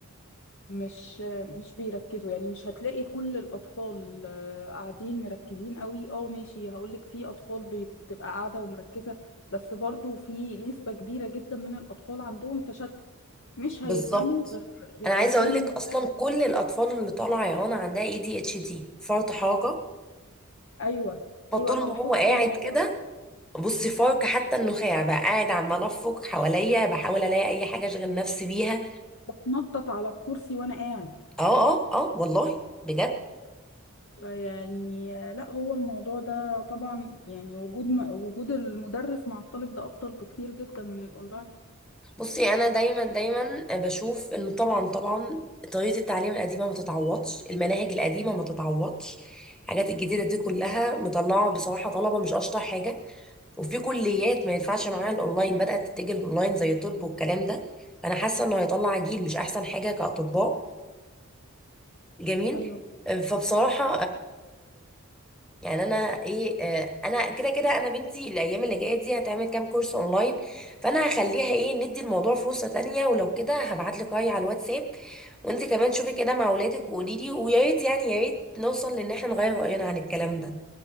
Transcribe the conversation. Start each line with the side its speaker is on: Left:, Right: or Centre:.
Left: مش مش بيركزوا يعني مش هتلاقي كل الأطفال آه، قاعدين مركزين قوي اه ماشي هقولك في أطفال بي- بتبقى قاعدة ومركزة بس برضو في نسبة كبيرة جدا من الأطفال عندهم تشتت مش هيفهموا
Centre: بالظبط
Left: غير غير
Centre: أنا
Left: قدام
Centre: عايزة أقول لك
Left: المدرس
Centre: أصلا كل الأطفال اللي طالعة يا رنا عندها اي دي اتش دي فرط حركة
Left: أيوة
Centre: فطول
Left: أيوة أنا
Centre: ما
Left: لاحظت
Centre: هو قاعد
Left: الموضوع
Centre: كده
Left: ده
Centre: بصي فرك حتى النخاع بقى قاعد عمال أفرك حواليا بحاول ألاقي أي حاجة أشغل نفسي بيها
Left: بتنطط على الكرسي وأنا قاعد
Centre: اه اه اه والله بجد
Left: فيعني آه، لا هو الموضوع ده طبعا يعني وجود م- وجود المدرس مع الطالب ده أفضل بكتير جدا من الأونلاين
Centre: بصي انا دايما دايما بشوف ان طبعا طبعا طريقه التعليم القديمه ما تتعوضش المناهج القديمه ما تتعوضش الحاجات الجديده دي كلها مطلعه بصراحه طلبه مش اشطر حاجه وفي كليات ما ينفعش معاها الاونلاين بدات تتجه الاونلاين زي الطب والكلام ده فانا حاسه انه هيطلع جيل مش احسن حاجه كاطباء جميل
Left: أيوة
Centre: فبصراحه يعني انا ايه آه، انا كده كده انا بنتي الايام اللي جايه دي هتعمل كام كورس اونلاين فانا هخليها ايه ندي الموضوع فرصه تانية ولو كده هبعت لك رايي على الواتساب وانت كمان شوفي كده مع اولادك وقولي لي ويا ريت يعني يا ريت نوصل لان احنا نغير راينا عن الكلام ده